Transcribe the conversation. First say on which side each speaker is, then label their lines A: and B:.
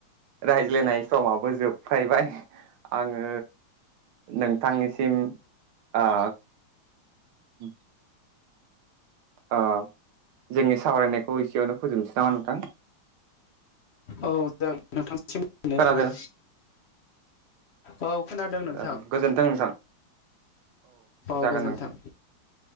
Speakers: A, on the right; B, on the left.
A: रायज्लायनाय समाव बो जोबथायबाय आङो नोंथांनिसिम ओ उम ओ जोंनि सावरायनायखौ एसेयावनो फोजोबसै नामा नोंथां?
B: औ जागोन नोंथां। सिम ननाय
A: खोनादों
B: थाबाय। औ खोनादों नोंथां
A: जागोन गोजोन्थों नोंथां
B: औ
A: जागोन
B: गोजोन्थों।
A: नोंथां